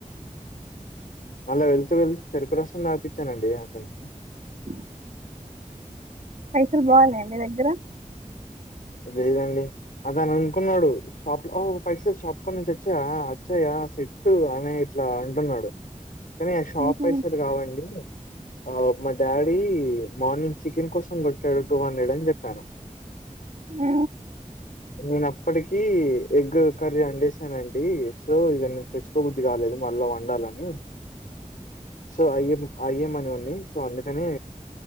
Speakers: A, on the left; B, on the right.
A: మళ్ళా వెళ్తూ వెళ్తూ చెడుకు రస్తుం అపించానండి అతనికి
B: అ పైసలు బాగుాలయం
A: హ్మ్.
B: మీ దగ్గర
A: లేదండి అద అని అనుకున్నాడు షాప్ ఒక పైస షాప్ నుంచి వచ్చాయా వచ్చాయా సెట్టు అనే ఇట్లా అంటున్నాడు కానీ ఆ షాప్
B: మ్మ్.
A: వస్తుంది కావండి ఆ మా డాడీ మార్నింగ్ చికెన్ కోసం కొట్టాడు టూ హండ్రెడ్ అని చెప్పాను
B: అ
A: నేను అప్పటికి ఎగ్ కర్రీ వండేసానండి సో ఇక నేను తెచ్చుకోబుద్ది కాలేదు మళ్ళీ వండాలని సో అయం అయ్యమని ఉన్నా సో అందుకని